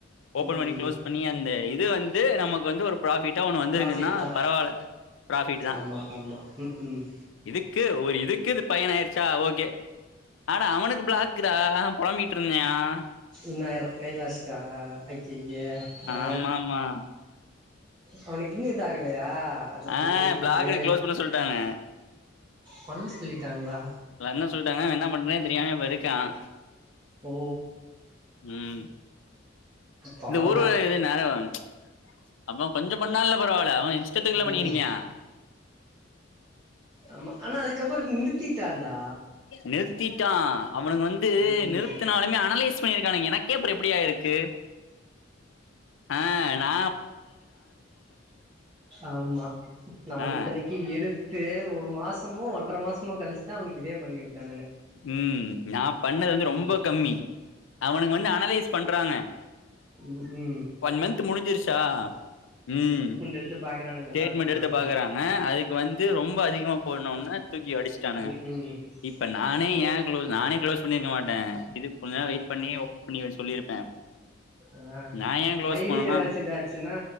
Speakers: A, on the left; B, on the right.
A: ஓபன்
B: ம்
A: பண்ணி
B: ம்
A: க்ளோஸ் பண்ணி அந்த இது வந்து நமக்கு வந்து ஒரு ப்ராஃபிட்டா ஒண்ணு வந்துருக்குன்னா
B: ப்ராஃபிட் தான்
A: பரவால ப்ராஃபிட் தான்
B: ஆமா ஆமா ம் ம்
A: இதுக்கே ஓரங இதுக்கே இது பயனாயிருச்சா ஓகே அட அவனுக்கு பிளாக்குறா பொளம்பிட்ருந்தியான்
B: இன்னார் கைலாஸ்கா அய்யய்ய அ
A: ஆமா ஆமா
B: அவனுக்கு இன்னு இதாகலையா அந்த
A: ஆ
B: பைத்தியத்துக்கு
A: பிளாக் க்ளோஸ் பண்ண சொல்லிட்டாங்க
B: பண் சொல்லிட்டாங்ளா
A: ல்ல என்ன சொல்ட்டாங்க என்ன பண்றதுனே தெரியாம இப்பிருக்கான்
B: ஓ
A: ம்
B: பாவண்டா
A: இந்த ஊரு ஏது நரவம் அப்ப கொஞ்சோம் பண்ணால்ல பரவால்ல அவன் இஷ்டத்துக்குல்ல
B: ம்
A: பண்ணியிருக்கியான்
B: ம் ஆமா ஆனா அதுக்கப்புறம் நிறுத்திட்டான்டா
A: நிறுத்திட்டான் அவனுங்க வந்து
B: ம்
A: நிறுத்துனாலுமே
B: ம்
A: அனலைஸ் பண்ணியிருக்கானுங்க எனக்கேப்ற எப்பிடியாயிருக்கு அ நா
B: ஆமா நா வந்து
A: ஆஹ்
B: இத்தனிக்கி எடுத்து ஒரு மாசமோ ஒன்ற மாசமோ கழிச்சுதான் அவுனுக்கு இதே பண்ணிருக்கானுங்க
A: ம் நா பண்ணது வந்து
B: ம்
A: ரொம்ப கம்மி அவுனுங்க வந்து அனலைஸ் பண்றாங்க
B: ம் ம்
A: வன் மன்ந்த் முடிஞ்சுருச்சா ம்
B: இது யெடுத்து பாக்குறானுங்க
A: ஸ்டேட்மெண்ட்
B: எல்லாத்துக்கு
A: எடுத்து
B: வர வர
A: பாக்குறாங்க அதுக்கு வந்து ரொம்ப அதிகமா போன்னோன்ன தூக்கி அடிச்சி ச்சானுக
B: ம் ம்
A: இப்ப நானே
B: கூ
A: ஏன் க்ளோ நானே க்ளோஸ் பண்ணிருக்க மாட்டேன் இது கொஞ்ச நாள் வெயிட் பண்ணி ஓபன் பண்ணி சொல்லிருப்பேன்
B: ஆ
A: நா ஏன் க்ளோஸ்
B: மைடி
A: பண்ணனா
B: ஏதாச்சு இதாச்சுன்னா